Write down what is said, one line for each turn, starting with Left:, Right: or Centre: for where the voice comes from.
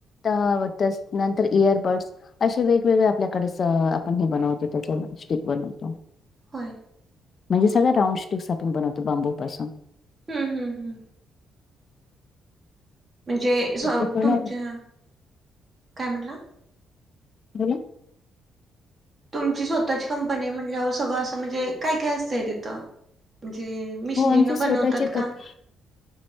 Left: तेव्वावं ते नंतर इयरबड्स अश्या वेगवेगळे आपल्याकडेच, आपण हे बनवतो त्याच स्टिक बनवतो.
Right: होय.
Left: म्हणजे सगळ्या राऊंड स्टीक्स आपण बनवतो बांबूपासून.
Right: हम, हम, हम. म्हणजे, सोऊ
Left: ते पण
Right: तुमच्या, काय म्हणला?
Left: बोला
Right: तुमची स्वतःची कंपनी म्हणल्यावर सगळ अस म्हणजे काय काय असतय तिथ. म्हणजे मिशनीन
Left: हो आमची स्वतःची
Right: बनवतात
Left: कप
Right: का?